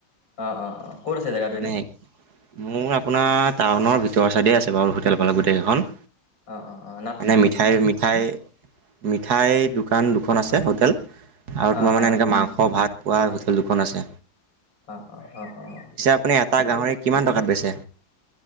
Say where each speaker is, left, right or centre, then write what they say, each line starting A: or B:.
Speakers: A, on the left; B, on the right.
A: অ' অ' অ' ক'ত আছে জেগাটো
B: মানে
A: এনে?
B: মোৰ আপোনাত টাউনৰ ভিতৰৰ চাইডে আছে বাৰু হোটেল পালে গোটেইকেইখন।
A: অ-অ-অ।
B: মানে মিঠাই, মিঠাই মিঠাইৰ দোকান দুখন আছে হোটেল। আৰু
A: অ
B: তোমাৰ মানে
A: অ অ
B: এনেকে মাংস ভাত পোৱা ল দুখন আছে।
A: অ অ অ অ
B: পিছে আপুনি এটা
A: ঠিকেই
B: গাহৰি
A: আছে।
B: কিমান টকাত বেছে?